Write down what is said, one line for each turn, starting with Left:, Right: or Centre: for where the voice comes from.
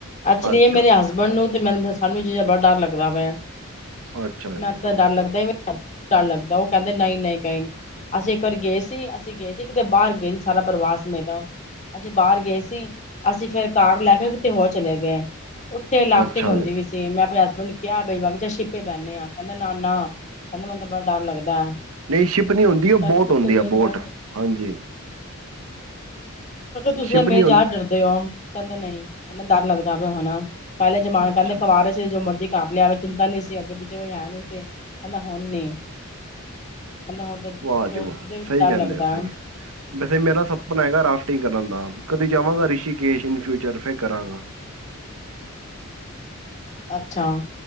Left: ਐਚੁਲੀ
Right: ਅੱਛਾ-ਅੱਛਾ,
Left: ਇਹ ਮੇਰੇ ਹਸਬੈਂਡ ਨੂੰ ਤੇ ਮੈਨੂੰ। ਸਾਨੂੰ ਚੀਜ਼ਾਂ ਬੜਾ ਡਰ ਲੱਗਦਾ ਵੈ
Right: ਅੱਛਾ ਅੱਛਾ ਜੀ।
Left: ਮੈਂ ਤਾਂ ਡਰ ਲੱਗਦਾ ਹੀ। ਡਰ ਲੱਗਦਾ ਉਹ ਕਹਿੰਦੇ ਨਹੀਂ ਨਹੀਂ ਕਈ। ਅਸੀਂ ਇੱਕ ਵਾਰੀ ਗਏ ਸੀ ਅਸੀਂ ਗਏ ਸੀ ਕਿਤੇ ਬਾਹਰ ਗਏ ਸੀ ਸਾਰਾ ਪਰਿਵਾਰ ਸਮੇਤ। ਅਸੀਂ ਬਾਹਰ ਗਏ ਸੀ ਅਸੀਂ ਫਿਰ ਕਾਰ ਲੈ ਕੇ ਕਿਤੇ ਹੋਰ ਚਲੇ ਗਏ ਉੱਥੇ ਲਾਫਟਿੰਗ
Right: ਅੱਛਾ
Left: ਹੁੰਦੀ
Right: ਜੀ,
Left: ਵੀ ਸੀ। ਤੇ ਮੈਂ ਆਪਣੇ ਹਸਬੈਂਡ ਨੂੰ ਕਿਹਾ ਮੈਂ ਕਿਹਾ ਚ ਛਿੱਪੇ ਬਹਿੰਨੇ ਆ ਕਹਿੰਦਾ ਨਾ-ਨਾ। ਕਹਿੰਦਾ ਮੈਨੂੰ ਬੜਾ ਡਰ ਲੱਗਦਾ,
Right: ਨਹੀਂ ਸ਼ਿਪ ਨੀ ਹੁੰਦੀ ਉਹ
Left: ਮੈਂ
Right: ਬੋਟ
Left: ਕਿਹਾ ਤੁਸੀਂ
Right: ਹੁੰਦੀ
Left: ਤੇ ਮੇਰੀ
Right: ਆ ਬੋਟ
Left: ਜਾੜ
Right: ਹਾਂਜੀ।
Left: ਦੂਸਰੇ
Right: ਸ਼ਿਪ
Left: ਮੇਰੇ
Right: ਨੀ ਹੁੰਦੀ
Left: ਜਾ ਡਰਦੇ ਹੋ ਕਹਿੰਦਾ ਨਹੀਂ ਕਹਿੰਦਾ ਡਰ ਲੱਗਦਾ ਪਿਆ ਹਨਾ। ਪਹਿਲੇ ਜਮਾਨ
Right: ਅੱਛਾ
Left: ਕਿੰਦੇ ਇੱਕ ਵਾਰ। ਜੋ ਮਰਜ਼ੀ ਕਰ ਲਿਆਵੇ ਚਿੰਤਾ ਨੀ ਸੀ ਅੱਗੇ ਪਿੱਛੇ ਕੋਈ ਹੈਂ ਨੀ ਸੀ ਕਹਿੰਦਾ ਹੁਣ ਨੀ। <unintelligible>
Right: ਵਾਹ, ਜੀ
Left: ਸੋਚਦੇ
Right: ਵਾਹ,
Left: ਵੀ
Right: ਸਹੀ
Left: ਡਰ
Right: ਕਹਿੰਦੇ
Left: ਲੱਗਦਾ
Right: ਸਹੀ ਵੈਸੇ ਮੇਰਾ ਸਪਨਾ ਹੈਗਾ ਰਾਫਟਿੰਗ ਕਰਨ ਦਾ, ਕਦੀ ਜਾਵਾਂਗਾ ਰਿਸ਼ੀਕੇਸ਼ ਇਨ ਫਿਊਚਰ ਫਿਰ ਕਰਾਂਗਾ।
Left: ਅੱਛਾ।